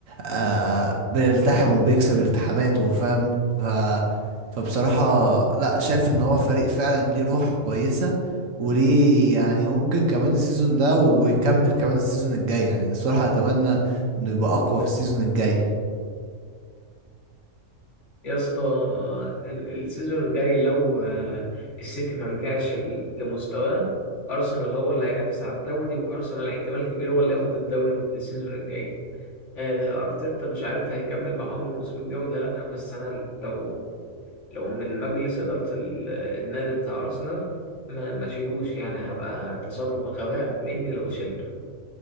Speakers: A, on the right; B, on the left.
A: آه بيلتحم وبيكسب التحاماته فاهم ف فبصراحه لا شايف ان هو فريق فعلا ليه روح كويسه وليه يعني ممكن كمان السيزون ده ويكمل كمان السيزون الجاي يعني الصراحه اتمنى انه يبقى اقوى في السيزون الجاي
B: يا اسطى ال- السيزون الجاي لو آه، السيتي ما رجعش ال- لمستواه ارسنال هو اللي هينافس على الدوري وارسنال احتمال كبير هو اللي ياخد الدوري السيزون الجاي آه، ارتيتا مش عارف هيكمل معاهم الموسم الجاي ولا لا بس انا لو لو من مجلس اداره ال- النادي بتاع ارسنال ما ما شيلوش يعني هبقى تصرف غباء مني لو شلت